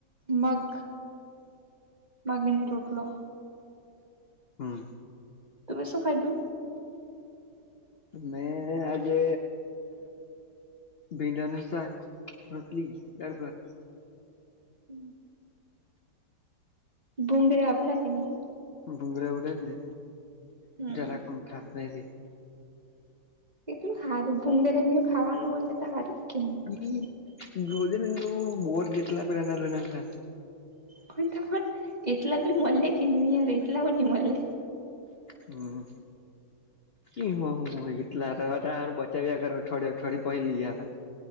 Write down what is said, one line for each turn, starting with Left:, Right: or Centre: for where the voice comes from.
Right: મગ, મગની રૂટલો
Left: હમ્મ
Right: તમે શું ખાધું?
Left: મે આજે ભીંડનું શાક ર ટલી દાળ ભાત
Right: હમ્મ ભુંગરા આપલા કે નહી
Left: ભુગરા ઉડે જ ને
Right: હમ
Left: જરા કમઠા છે
Right: કેટલું હારું ભુંંગેધાની ખાવાનું મળે, તો સારું જ કે ન
Left: એ જોજું બોર જેતલા પેલા ના લ ના ના
Right: ત તો એટલા બી મલે કે ની યર એટલા બ મલે
Left: હમ્મ એમ હું એટલારું <unintelligible> બચાવી્યા કર અઠવાડય અવાડય પહ લીયા